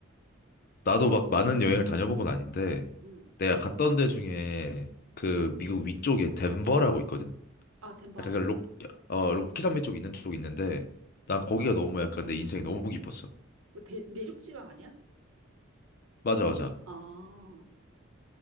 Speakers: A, on the left; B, on the right.
A: 나도 막 많은 여행을 다녀본 건 아닌데,
B: 음.
A: 내가 갔던 데 중에 그 미국 위쪽에 덴버라고 있거든?
B: 아, 덴버
A: 약간
B: 알아.
A: 그 록, 어, 로키 산맥 쪽 있는 쪽이 있는데, 난 거기가 너무 약간 내 인생에 너무 깊었어.
B: 그 대, 내륙 지방 아니야?
A: 맞아, 맞아.
B: 아,